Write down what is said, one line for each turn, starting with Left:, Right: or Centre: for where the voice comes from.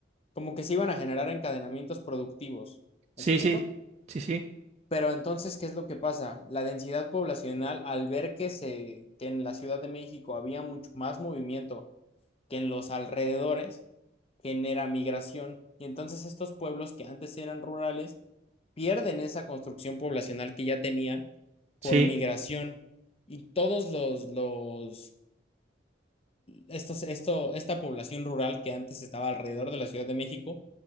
Left: como que se iban a generar encadenamientos productivos.
Right: Sí,
Left: ¿Me explico?
Right: sí, sí, sí,
Left: Pero entonces, ¿qué es lo que pasa? La densidad poblacional, al ver que, se, que en la Ciudad de México había mucho más movimiento que en los alrededores, genera migración. Y entonces estos pueblos que antes eran rurales pierden esa construcción poblacional que ya tenían por
Right: sí.
Left: migración y todos los, los, estos, esto, esta población rural que antes estaba alrededor de la Ciudad de México